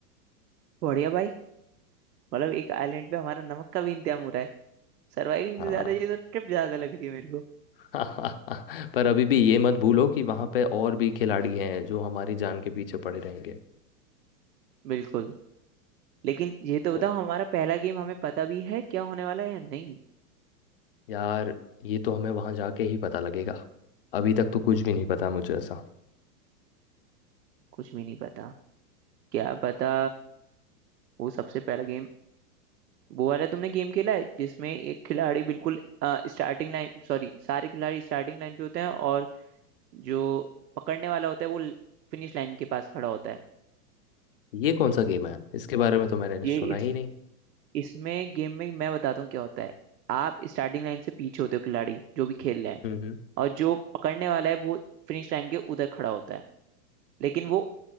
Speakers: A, on the right; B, on the left.
A: बढ़िया भाई मतलब एक आइलैंड पे हमारा नमक का भी इंतजाम हो रहा है सर्वाइविंग
B: हाँ
A: से ज्यादा ये तो ट्रिप ज्यादा लग रही है मेरे को
B: <laughs> पर अभी भी ये मत भूलो कि वहाँ पे और भी खिलाड़ी हैं जो हमारी जान के पीछे पड़े रहेंगे
A: बिल्कुल लेकिन ये तो
B: तो
A: बताओ हमारा पहला गेम हमें पता भी है क्या होने वाला है या नहीं
B: यार ये तो हमें वहाँ जाके ही पता लगेगा अभी तक तो कुछ भी नहीं पता मुझे ऐसा
A: कुछ भी नहीं पता क्या पता वो सबसे पहला गेम वो वाला तुमने गेम खेला है जिसमें एक खिलाड़ी बिल्कुल स्टार्टिंग लाइन सॉरी सारे खिलाड़ी स्टार्टिंग लाइन पे होते हैं और जो पकड़ने वाला होता है वो फिनिश लाइन के पास खड़ा होता है
B: ये कौन सा गेम है इसके बारे में तो मैंने
A: ये
B: सुना ही
A: इस
B: नहीं
A: इसमें गेम में मैं बताता हूँ क्या होता है आप स्टार्टिंग लाइन से पीछे होते हो खिलाड़ी जो भी खेल रहे हैं
B: हम्म हम्म।
A: और जो पकड़ने वाला है वो फिनिश लाइन के उधर खड़ा होता है लेकिन वो